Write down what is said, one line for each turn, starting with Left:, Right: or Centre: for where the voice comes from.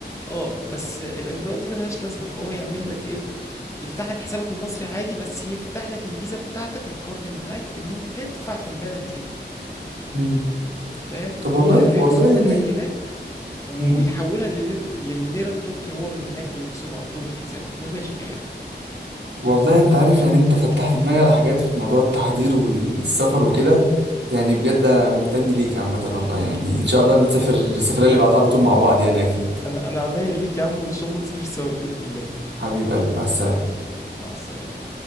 Left: اه بس الاجراءات دي ملهاش لازمة فهو يعمل لك ايه يفتح لك حسابك المصري عادي بس يفتح لك الفيزا بتاعتك الكارد اللي معاك ان انت تدفع في البلد دي
Right: مم.
Left: فاهم فهو
Right: طب والله
Left: هيخصم
Right: والله
Left: منك هناك ويحولها
Right: يعني
Left: للير- للليرة التركي هو من هناك ويخصم على طول من حسابك مباشر يعني
Right: والله انت عارف يعني انت فتحت دماغي على حاجات في موضوع التحضير والسفر وكده يعني بجد انا ممتن ليك عامة والله يعني ان شاء الله نسافر السفرية اللي بعدها على طول مع بعض يعني اكيد
Left: انا انا عينيا ليك يا عم وان شاء الله نسافر سوا باذن الله
Right: حبيب قلبي مع السلامة
Left: حبيبي، مع السلامة